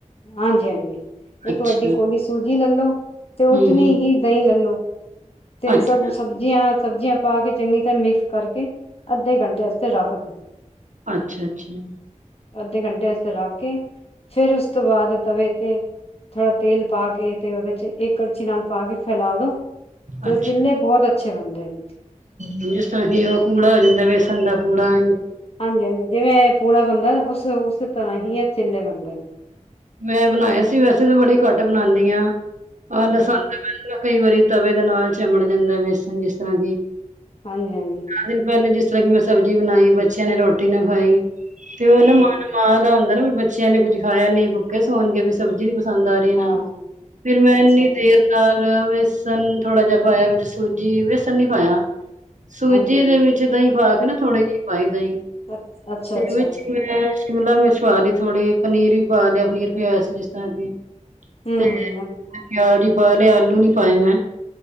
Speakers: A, on the left; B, on the right.
A: ਹਾਂਜੀ-ਹਾਂਜੀ
B: ਅੱਛਾ
A: ਇੱਕ ਵੱਡੀ ਕੋਲੀ ਚ ਸੂਜੀ ਲੈਲੋ
B: ਹੂੰ
A: ਤੇ ਉਤਨੀ
B: ਹੂੰ
A: ਹੀ ਦਹੀਂ ਲੈਲੋ ਤੇ
B: ਅੱਛਾ
A: ਸਭ ਉਸ ਸਬਜ਼ੀਆਂ-ਸਬਜ਼ੀਆਂ ਪਾ ਕੇ ਚੰਗੀ ਤਰਾਂ ਮਿਕਸ ਕਰਕੇ ਅੱਧੇ ਘੰਟੇ ਵਾਸਤੇ ਰੱਖਦੋ।
B: ਅੱਛਾ-ਅੱਛਾ।
A: ਅੱਧੇ ਘੰਟੇ ਆਸਤੇ ਰੱਖ ਕੇ ਫੇਰ ਉਸ ਤੋਂ ਬਾਅਦ ਤਵੇ ਤੇ ਥੋੜਾ ਤੇਲ ਪਾ ਕੇ ਤੇ ਉਹਦੇ ਚ ਇੱਕ ਕੜਛੀ ਨਾਲ ਪਾ ਕੇ ਫੈਲਾ ਦੋ। ਤੇ
B: ਅੱਛਾ।
A: ਜਿੰਨੇ ਬਹੁਤ ਅੱਛੇ ਬੰਨਦੇ ਨੇ।
B: ਜਿਸ ਤਰ੍ਹਾਂ ਕੀ ਉਹ ਪੁੜਾ ਹੋ ਜਾਂਦਾ। ਬੇਸਣ ਦਾ ਪੁੜਾ
A: ਹਾਂਜੀ ਹਾਂਜੀ ਜਿਵੇਂ ਪੌਣਾ ਬੰਦਾ ਉਸ ਉਸੇ ਤਰ੍ਹਾਂ ਹੀ ਇਹ ਚੇਲੇ ਵਰਗਾ
B: ਮੈਂ ਬਣਾਇਆ ਸੀ ਵੈਸੇ ਤਾਂ ਬੜੇ ਘੱਟ ਬਣਾਉਦੀ ਆ
A: ਹੂੰ
B: ਲਸਣ ਮੈਨੂੰ ਮੈਂ ਕਈ ਵਾਰੀ ਤਵੇ ਦੇ ਨਾਲ ਚਮਣ ਜਾਂਦਾ ਜਿਸ ਤਰਾਂ
A: ਹਾਂਜੀ ਹਾਂਜੀ
B: ਦਿਨ ਪਹਿਲੇ ਜਿਸ ਤਰ੍ਹਾਂ ਕਿ ਮੈਂ ਸਬਜ਼ੀ ਬਣਾਈ ਬੱਚਿਆਂ ਨੇ ਰੋਟੀ ਨਾ ਖਾਈ ਤੇ ਉਹਨੂੰ
A: ਹੂੰ
B: ਮਨ ਮਾਂ ਦਾ ਹੁੰਦਾ ਨਾ ਬੱਚਿਆਂ ਨੇ ਕੁਝ ਖਾਇਆ ਨਹੀਂ ਭੁੱਖੇ ਸੌਣ ਕੇ ਵੀ ਸਬਜੀ ਨੀ ਪਸੰਦ ਆ ਰਹੀ ਇਹਨਾਂ
A: ਹਾਂ
B: ਨੂੰ ਫਿਰ ਮੈਂ
A: ਅੱਛਾ
B: ਇੰਨੀ
A: ਅੱਛਾ
B: ਆਲਵੇਸਨ ਥੋੜਾ ਜਿਹਾ ਪਾਇਆ ਵਿੱਚ ਸੂਜੀ ਵੇਸਨ ਨਹੀਂ ਪਾਇਆ ਸੂਜੀ
A: ਹਾਂਜੀ ਹਾਂਜੀ
B: ਦੇ ਵਿੱਚ ਤਾਹੀ ਥੋੜੀ ਜਿਹੀ
A: ਅ ਅੱਛਾ
B: ਸਰੂਚੀ
A: ਅੱਛਾ
B: ਮੈਂ ਮਤਲਬ ਮੈਂਛਵਾ ਲਈ ਥੋੜ੍ਹੀ ਪਨੀਰ ਵੀ ਪਾ ਲਿਆ ਪਨੀਰ ਵੀ ਆਇਆ ਸੀ ਜਿਸ ਤਰ੍ਹਾਂ ਕਿ
A: ਹਮ
B: ਤੇ
A: ਹਮ
B: ਪਿਆਜ ਹੀ ਪਾ ਲਏ ਮੈ ਆਲੂ ਨਹੀ ਪਾਏ ਮੈ